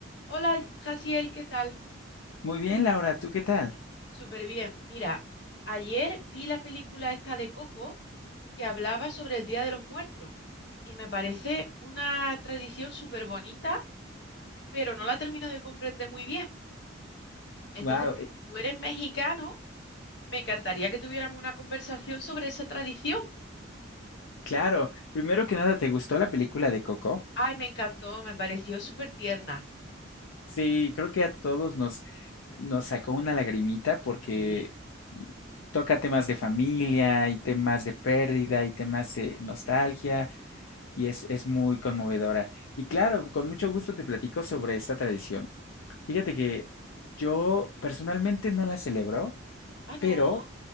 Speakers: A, on the left (about 55°); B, on the left (about 80°).
A: Hola, Jaciel, ¿qué tal?
B: Muy bien, Laura, ¿tú qué tal?
A: Súper bien. Mira, ayer vi la película esta de Coco que hablaba sobre el Día de los Muertos y me parece una tradición súper bonita, pero no la termino de comprender muy bien. Entonces,
B: Wow,
A: como tú eres mexicano, me encantaría que tuviéramos una conversación sobre esa tradición.
B: claro. Primero que nada, ¿te gustó la película de Coco?
A: Ay, me encantó, me pareció súper tierna.
B: Sí, creo que a todos nos, nos sacó una lagrimita porque
A: Sí.
B: toca temas de familia y temas de pérdida y temas de nostalgia y es, es muy conmovedora. Y claro, con mucho gusto te platico sobre esta tradición. Fíjate que yo personalmente no la celebro,
A: Ah, no.
B: pero